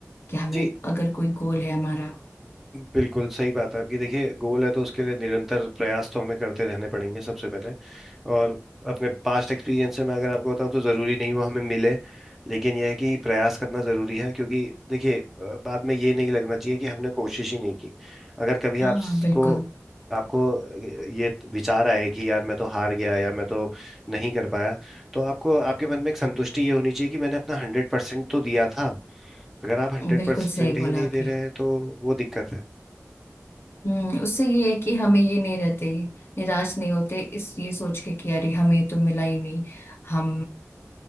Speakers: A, on the left (about 50°); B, in the centre.
A: कि हमें
B: जी
A: अगर कोई गोल है हमारा
B: बिल्कुल सही बात है आपकी देखिए गोल है तो उसके लिए निरंतर प्रयास तो हमें करते रहने पड़ेंगे सबसे पहले और अपने पास्ट एक्सपीरियंस से मैं अगर आपको बताऊं तो ज़रूरी नहीं वो हमें मिले लेकिन यह है कि प्रयास करना ज़रूरी है क्योंकि देखिए अ, बाद में ये नहीं लगना चाहिए कि हमने कोशिश ही नहीं की अगर कभी
A: हाँ
B: आपको
A: बिल्कुल
B: आपको ये विचार आए कि यार मैं तो हार गया या मैं तो नहीं कर पाया तो आपको आपके मन में एक संतुष्टि ये होनी चाहिए कि मैंने अपना हंड्रेड परसेंट तो दिया था अगर आप हंड्रेड
A: बिल्कुल
B: परसेंट
A: सही
B: ही
A: बोला
B: नहीं
A: आपने
B: दे रहे हैं तो वो दिक्कत है
A: हम्म उससे ये है कि हमें ये नहीं रहते निराश नहीं होते इस ये सोच के कि अरे हमें तो मिला ही नहीं हम